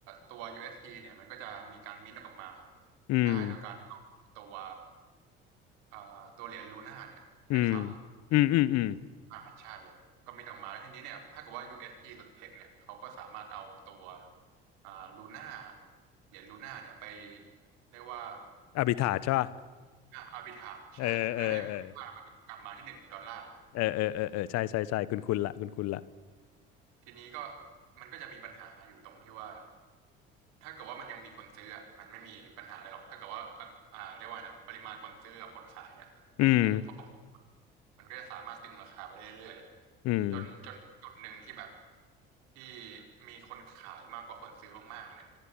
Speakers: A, on the right; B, on the left.
A: ตัว u s t เนี่ยมันก็จะมีการมิ้นท์ออกมา
B: อืม
A: ได้โดยการเอาตัวเอ่อตัวเหรียญลูน่าเนี่ยไปค้ำ
B: อืมอืมอืมอืม
A: อ่าใช่ก็มีออกมาแล้วทีนี้เนี่ยถ้าเกิดว่า UST หลุดเทคเนี่ยเขาก็สามารถเอาตัวอ่าลูน่าเหรียญลูน่าเนี่ยไปเรียกว่า
B: อภิธาใช่ป่ะ
A: อ่าอาร์บิทาจใช่เพื่อให้มูลค่ามันกลับมาที่หนึ่งดอลลาร์
B: เออเออเออเออเออเออเออใช่ใช่ใช่คุณคุณละคุณคุณละ
A: ทีนี้ก็มันก็จะมีปัญหาอยู่ตรงที่ว่าถ้าเกิดว่ามันยังมีคนซื้ออะมันไม่มีปัญหาอะไรหรอกถ้าเกิดว่าปริอ่าเรียกว่าไงนะปริมาณคนซื้อกับคนขายเนี่ยมันยังพอ
B: อืม
A: มันก็จะสามารถตึงราคาไปเรื่อยๆจนจนจุดหนึ่งที่แบบ
B: อืม
A: ที่มีคนขายมากกว่าคนซื้อมากๆเนี่ย